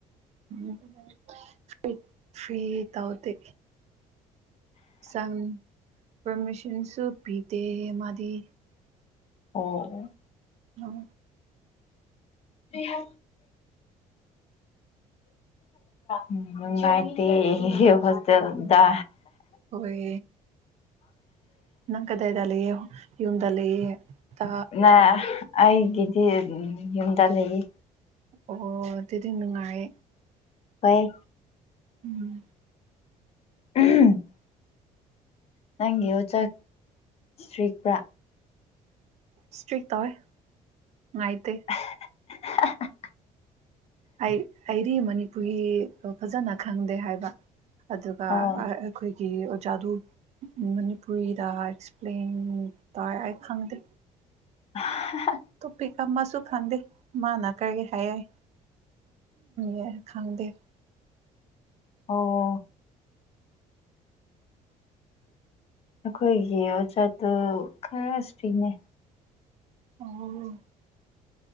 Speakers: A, on the right (about 50°); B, on the left (about 45°).
A: ꯎꯝ ꯐꯤ ꯐꯤ ꯇꯥꯎꯗꯤ ꯁꯟ ꯄꯔꯃꯤꯁꯟꯁꯨ ꯄꯤꯗ ꯃꯥꯗꯤ
B: ꯑꯣ
A: ꯎꯝ
B: ꯁ ꯎꯝ ꯉꯥꯏꯇ ꯍꯣꯁꯇꯦꯜꯗ
A: ꯍꯣꯏ ꯅꯪ ꯀꯗꯩꯗ ꯂꯩꯦ ꯌꯎꯟꯗ ꯂꯩꯑꯦ ꯇ
B: ꯅ ꯑꯩꯒꯤꯗꯤ ꯌꯨꯝꯗ ꯂꯩꯌꯦ
A: ꯑꯣ ꯑꯗꯨꯗꯤ ꯅꯨꯡꯉꯥꯏ
B: ꯍꯣꯏ
A: ꯎꯝ
B: ꯎꯝ ꯅꯪꯒꯤ ꯑꯣꯖꯥꯛ ꯇ꯭ꯔꯤꯛꯄ꯭ꯔꯥ
A: ꯁꯇ꯭ꯔꯤꯛ ꯇꯋꯥꯦ ꯑꯥꯏꯇ
B: <unintelligible>
A: ꯑꯩ ꯑꯩꯗꯤ ꯃꯅꯤꯄꯨꯔꯤ ꯐꯖꯅ ꯈꯪꯗꯦ ꯍꯥꯏꯕ ꯑꯗꯨꯒ
B: ꯑꯣ
A: ꯑꯩꯈꯣꯏꯒꯤ ꯑꯣꯖꯥꯗꯨ ꯃꯅꯤꯄꯨꯔꯤꯗ ꯑꯦꯛꯁꯄ꯭ꯂꯦꯟ ꯇꯥꯏ ꯑꯩ ꯈꯪꯗꯦ
B: <unintelligible>
A: ꯇꯣ ꯄꯤ ꯀ ꯑꯃ ꯃꯥꯁꯨ ꯈꯪꯗꯦ ꯃꯥꯅꯥ ꯀꯔꯤꯒꯤ ꯍꯥꯏꯌꯏ ꯌꯥ ꯈꯪꯗꯦ
B: ꯑꯣ ꯑꯩꯈꯣꯏꯒꯤ ꯑꯣꯖꯥꯠꯇꯨ ꯈꯔꯁꯨ ꯄꯤꯅꯩ
A: ꯑꯣ